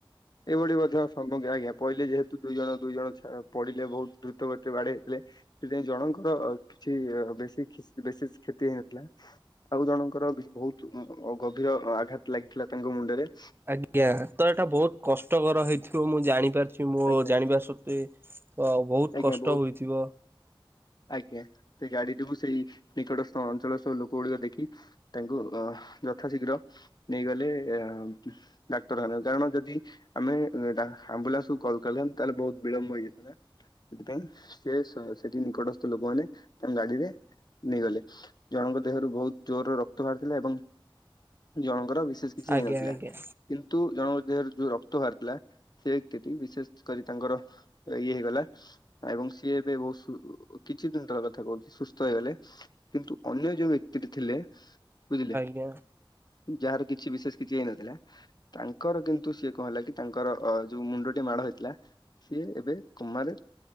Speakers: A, on the left (about 50°); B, on the right (about 25°).
A: ଏଇଭଳି ମଧ୍ୟ ଆଜ୍ଞା ପଇଲେ ଯେହେତୁ ଦୁଇଜଣ ଦୁଇଜଣ ଛା ପଡିଲେ ବୋହୁତ ଦ୍ରୁତ ଗତିରେ ବାଡେଇ ହେଇଥିଲେ। ସେଥିପାଇଁ ଜଣଙ୍କର ଅ କିଛି ବେଶୀ ଖିସ୍ ବିଶେଷ କ୍ଷତି ହେଇନଥିଲା। ଆଉ ଜଣଙ୍କର ଭି ବୋହୁତ ଅଁ ଅ ଗଭୀର ଆଘାତ ଲାଗିଥିଲା ତାଙ୍କ ମୁଣ୍ଡରେ।
B: ଆଜ୍ଞା ତ ଏଟା ବୋହୁତ କଷ୍ଟକର ହେଇଥିବ ମୁଁ ଜାଣିପାରଚି ମୋ
A: ଆଜ୍ଞା
B: ଜାଣିବା ଶ କ୍ତି ତ ବୋହୁତ
A: ଆଜ୍ଞା
B: କଷ୍ଟ
A: ବହୁତ
B: ହୋଇଥିବ।
A: ଆଜ୍ଞା ସେଇ ଗାଡିଡିକୁ ସେଇ ନିକଟସ୍ଥ ଅଞ୍ଚଳର ସବୁ ଲୋକଗୁଡିକ ଦେଖି ତାଙ୍କୁ ଅ ଯଥାଶୀଘ୍ର ନେଇଗଲେ ଆ ଡାକ୍ତରଖାନାରେ କାରଣ ଯଦି ଆମେ ଡା ଆମ୍ବୁଲାନ୍ସକୁ କଲ <unintelligible> ତାହେଲେ ବୋହୁତ ବିଳମ୍ବ ହେଇଯାଇଥାନ୍ତା। ସେଥିପାଇଁ ସେ ସ ସେଠି ନିକଟସ୍ଥ ଲୋକମାନେ ତାଙ୍କ ଗାଡିରେ ନେଇଗଲେ ଜଣଙ୍କ ଦେହରୁ ବୋହୁତ ଜୋରରେ ରକ୍ତ ବାହାରୁଥିଲା ଏବଂ ଜଣଙ୍କର ଭି ବିଶେଷ କିଛି ହେଇନଥିଲା।
B: ଆଜ୍ଞା ଆଜ୍ଞା
A: କିନ୍ତୁ ଜଣଙ୍କ ଦେହରେ ଯୋଉ ରକ୍ତ ବାହାରୁଥିଲା ସେ ରକ୍ତିଟି ବିଶେଷ କରି ତାଙ୍କର ଅ ଇଏ ହେଇଗଲା ଏବଂ ସିଏ ଏବେ ବୋହୁତ ସୁ କିଛି ଦିନ ତଳକଥା କୋହୁଚି ସୁସ୍ଥ ହେଇଗଲେ କିନ୍ତୁ ଅନ୍ୟ ଯୋଉ ବ୍ୟକ୍ତିଟି ଥିଲେ ବୁଝିଲେ
B: ଆଜ୍ଞା।
A: ଯାହାର କିଛି ବିଶେଷ କିଛି ହେଇନଥିଲା। ତାଙ୍କର କିନ୍ତୁ ସିଏ କଣ ହେଲାକି ତାଙ୍କର ଅ ଯୋଉ ମୁଣ୍ଡଟି ମାଡ ହେଇଥିଲା ସିଏ ଏବେ କୋମାରେ